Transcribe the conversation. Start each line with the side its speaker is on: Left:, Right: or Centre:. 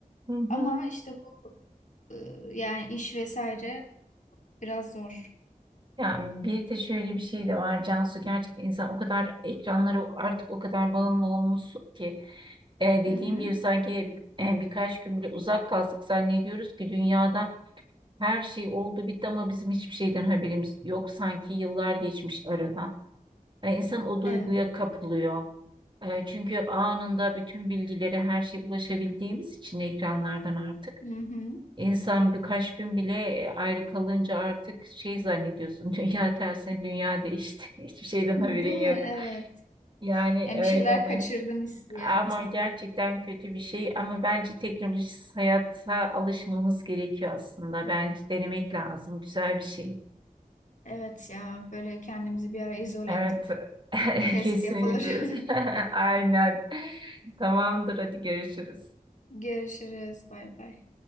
Right: <laughs>
Left: Ama işte bu e, yani iş vesaire biraz zor.
Right: Yani bir de şöyle bir şey de var Cansu gerçekten insan o kadar ekranlara artık o kadar bağımlı olmuşsun ki e, dediğim
Left: Hı hı.
Right: gibi sanki e, birkaç gün bile uzak kalsak zannediyoruz ki dünyada her şey oldu bitti ama bizim hiçbir şeyden haberimiz yok sanki yıllar geçmiş aradan. E, insan o duyguya
Left: Evet.
Right: kapılıyor. E, çünkü anında bütün bilgileri her şeye ulaşabildiğimiz için ekranlardan artık.
Left: Hı hı.
Right: İnsan birkaç gün bile e, ayrı kalınca artık şey zannediyorsun. <laughs> Dünya tersine dünya değişti. <laughs> Hiçbir şeyden
Left: Değil
Right: haberin yok.
Left: mi? Evet.
Right: Yani
Left: Yani
Right: öyle
Left: bir şeyler kaçırdım
Right: bu.
Left: hissiyatı.
Right: Ama gerçekten kötü bir şey. Ama bence teknolojisiz hayata alışmamız gerekiyor aslında. Bence denemek lazım. Güzel bir şey.
Left: Evet ya böyle kendimizi bir ara izole
Right: Evet.
Left: edip
Right: <laughs>
Left: bir test
Right: Kesinlikle.
Left: yapılır. <laughs>
Right: <laughs> Aynen. Tamamdır. Hadi görüşürüz.
Left: Görüşürüz. Bay bay.